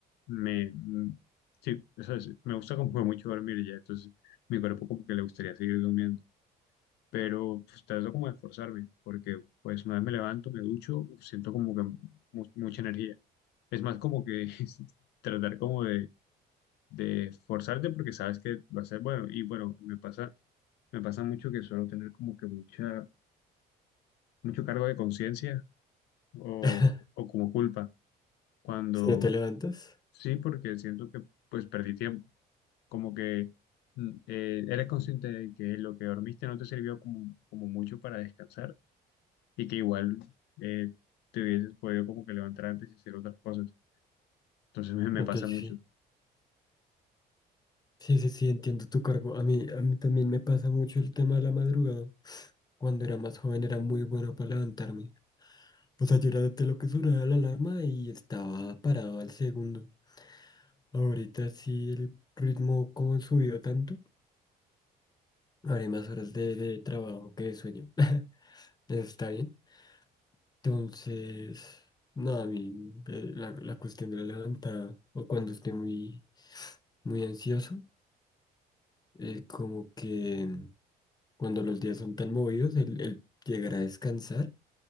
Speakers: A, on the left; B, on the left.
A: me... mm, Sí, o sea, sí, me gusta como que mucho dormir ya, entonces mi cuerpo como que le gustaría seguir durmiendo. pero pues trato como de esforzarme, porque pues una vez me levanto, me ducho, uf, siento como que mu- mucha energía. Es más como que <laughs> tratar como de, de esforzarte porque sabes que va a ser bueno. Y bueno, me pasa, me pasa mucho que suelo tener como que mucha, mucho cargo de conciencia o,
B: <laughs>
A: o como culpa, cuando
B: Si no te levantas,
A: sí, porque siento que pues perdí tiempo, como que... mm, eh, eres consciente de que lo que dormiste no te sirvió como, como mucho para descansar y que igual eh, te hubieses podido como que levantar antes y hacer otras cosas. Entonces <laughs> me, me
B: ok,
A: pasa mucho.
B: sí. Sí, sí, sí, entiendo tu cargo. A mí, a mí también me pasa mucho el tema de la madrugada. Cuando era más joven era muy bueno para levantarme. O sea, yo era de lo que sonaba la alarma y estaba parado al segundo. Ahorita sí el ritmo como subió tanto, haré más horas de, de trabajo que de sueño. <laughs> Eso está bien. Entonces, no, a mí eh, la, la cuestión de la levantada o cuando esté muy, muy ansioso, eh, como que cuando los días son tan movidos, el, el llegar a descansar,